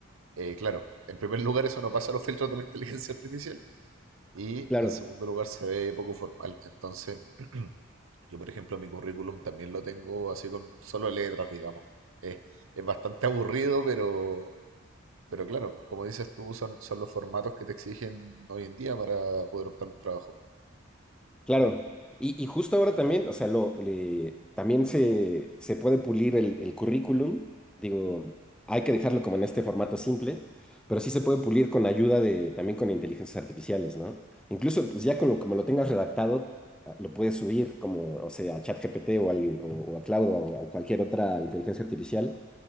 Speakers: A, on the right; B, in the centre.
A: eh, claro, en primer lugar eso no pasa los filtros de la inteligencia artificial y
B: Claro.
A: en segundo lugar se ve poco formal. Entonces, <clears throat> yo por ejemplo mi currículum también lo tengo así con solo letras, digamos. Es, es bastante aburrido, pero... Pero claro, como dices tú, son, son los formatos que te exigen hoy en día para poder optar un trabajo.
B: Claro, y, y justo ahora también, o sea, lo, le- también se, se puede pulir el, el currículum, digo, hay que dejarlo como en este formato simple, pero sí se puede pulir con ayuda de, también con inteligencias artificiales, ¿no? Incluso, pues ya con lo, como lo tengas redactado, ah, lo puedes subir como, o sea, a ChatGPT o, al, o, o a Cloud o a o a cualquier otra inteligencia artificial